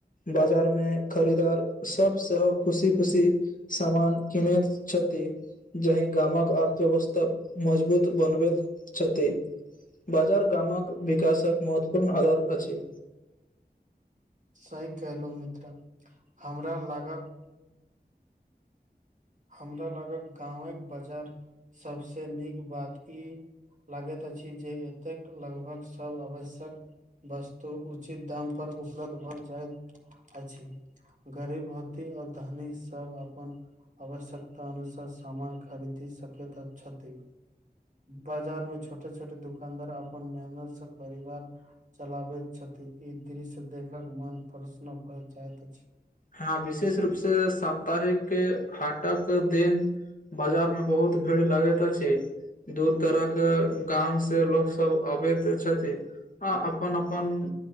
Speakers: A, on the left (about 50°); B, on the right (about 45°).
A: बाजार मे खरीदार सबसं सेहो खुशी खुशी सामान कनैत छथि जाहि गामक अर्थव्यवस्था मजबूत बनबैत छथि बाजार ग्रामक विकासक महत्वपूर्ण आधार अछि
B: सही कहलहुं मित्र हमरा लागत हमरा लागल गावंक बाजार सबस नीक बात ई लागैत अछि जे एतेक लगभग सब आवश्यक वस्तु उचित दाम पर उपलब्ध भ जाएत अछि गरीब धोती आओर धनी सब अपन आवश्यकता अनुसार सामन खरीदी सकैत छथि बाजार मे छोटे छोटे दुकानदार अपन मेहनत से परिवार चलाबैत छथि ई दृश्य देखक मन प्रसन्न भए जाइत अछि
A: हँ विशेष रूप से साप्ताहिक हाटक दिन बाजार मे बहुत भीड़ लगैत अछि दू तरक गाम से लोक सब अबैत छथि आ अपन अपन